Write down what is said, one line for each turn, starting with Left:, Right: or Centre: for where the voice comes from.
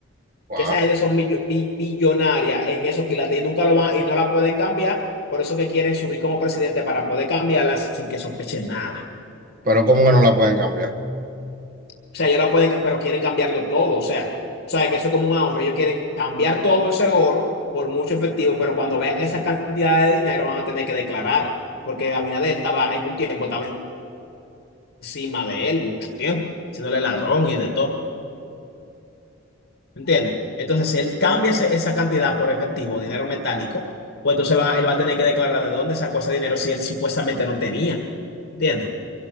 Right: Wow.
Left: que esa gente son millo- bi- billonarias en eso que y nunca lo van y no la pueden cambiar, por eso que quieren subir como presidente para poder cambiarla sin que sospechen nada.
Right: Pero ¿cómo que no la pueden cambiar?
Left: O sea, ellos la pueden, ca- pero quieren cambiarlo todo, o sea, o sea, que eso es como un ahorro, ellos quieren cambiar todo ese oro por mucho efectivo, pero cuando vean esa cantidad de dinero van a tener que declarar, porque Abinader estaba en un tiempo, estaba encima de él mucho tiempo, siéndole ladrón y de todo. ¿Entiendes? Entonces, si él cambia ese- esa cantidad por efectivo, dinero metálico, pues entonces va, él va a tener que declarar de dónde sacó ese dinero si él supuestamente no tenía. ¿Entiendes?